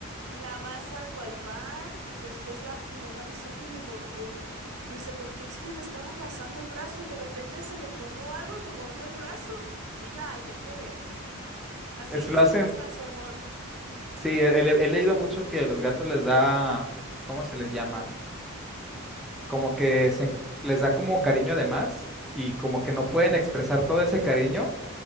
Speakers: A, on the right; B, in the centre.
A: La masa cual pan y después la mi mamá dice, oye, me mordió. Y me dice, ¿por qué? Es que me estaba amasando el brazo y de repente se le tronó algo y me mordió el brazo. Y ya, ay, te quiere. Así,
B: Es,
A: así
B: lo hacen
A: demuestran su amor.
B: Sí, he, he- he leído mucho que los gatos les da, ¿cómo se les llama? Como que se, en- les da como cariño de más y como que no pueden expresar todo ese cariño